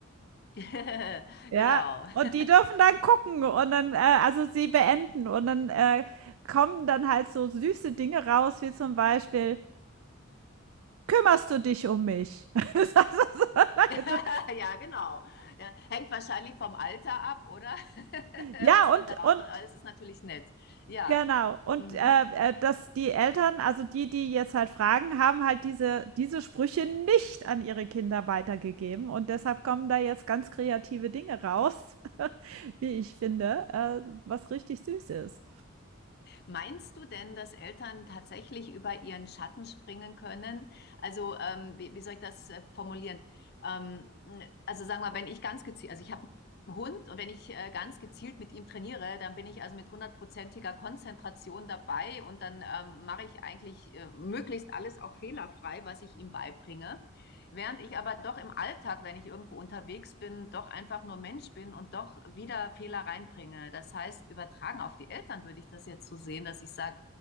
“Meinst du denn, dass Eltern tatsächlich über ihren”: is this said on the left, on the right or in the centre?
Left